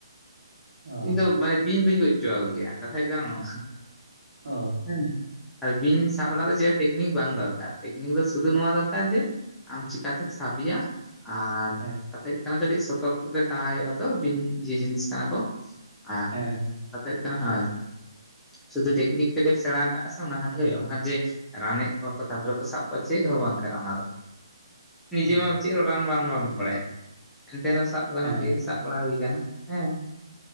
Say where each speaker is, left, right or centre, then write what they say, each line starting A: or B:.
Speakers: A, on the right (about 55°); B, in the centre.
A: ᱚ
B: ᱤᱧ ᱫᱚ ᱢᱟᱱᱮ ᱵᱤᱧ ᱵᱟᱹᱧ ᱜᱚᱡ ᱪᱚ ᱜᱮᱭᱟ ᱠᱟᱛᱷᱟ ᱦᱳᱭᱳᱜ ᱠᱟᱱᱟ ᱱᱚᱣᱟ᱾
A: ᱚ
B: ᱦᱮᱸ ᱟᱨ ᱵᱤᱧ ᱥᱟᱵ ᱵᱟᱲᱟ ᱫᱚ ᱪᱮ ᱱᱤᱠ ᱵᱟᱝ ᱫᱚᱨᱠᱟᱨ ᱴᱮᱠᱱᱤᱠ ᱫᱚ ᱥᱩᱫᱷᱩ ᱱᱚᱣᱟ ᱫᱚᱨᱠᱟᱨ ᱡᱮ ᱟᱢ ᱪᱤᱠᱟᱛᱮᱢ ᱥᱟᱵᱮᱭᱟ᱾ ᱟᱨ
A: ᱦᱮᱸ
B: ᱠᱟᱛᱷᱟ ᱦᱩᱭᱩᱜ ᱠᱟᱱᱟ ᱠᱟᱹᱴᱤᱡ ᱥᱚᱛᱚᱨᱠ ᱛᱟᱦᱮ ᱛᱟᱦᱮᱸ ᱦᱩᱭᱩᱜ ᱟ ᱛᱚ ᱵᱤᱧ ᱡᱮ ᱡᱤᱱᱤᱥ ᱠᱟᱱᱟ ᱠᱚ <inaudible>
A: ᱦᱮᱸ ᱦᱮᱸ
B: ᱠᱟᱛᱷᱟ ᱦᱳᱭ ᱠᱟᱱᱟ ᱦᱳᱭ ᱥᱩᱫᱷᱩ ᱴᱮᱠᱱᱤᱠ ᱠᱟᱹᱴᱤᱡ ᱮᱢ ᱥᱮᱬᱟ ᱟᱠᱟᱟᱜ ᱥᱮ ᱚᱱᱟ ᱠᱷᱟᱱ ᱜᱮ ᱦᱩᱭᱩᱜᱼᱟ ᱵᱟᱝᱠᱷᱟᱱ ᱡᱮ ᱨᱟᱱᱮᱜ ᱠᱚᱣᱟ ᱠᱚ ᱛᱟᱯᱚᱨᱮ ᱠᱚ ᱥᱟᱵ ᱠᱚᱣᱟ ᱪᱮᱫ ᱦᱚᱸ ᱵᱟᱝ ᱠᱟᱱᱟ ᱚᱱᱟ ᱫᱚ, ᱱᱤᱡᱮ
A: ᱚ
B: ᱢᱟ ᱪᱮᱫ ᱨᱟᱱ ᱵᱟᱢ ᱵᱟᱢ ᱵᱟᱲᱟᱭᱟ, ᱮᱱᱛᱮ ᱨᱮᱦᱚᱸ ᱥᱟᱵ ᱜᱟᱱᱚᱜ
A: ᱦᱮᱸ
B: ᱜᱮᱭᱟ ᱥᱟᱵ ᱵᱟᱲᱟ ᱦᱩᱭ ᱠᱟᱱᱟ ᱦᱮᱸ ᱾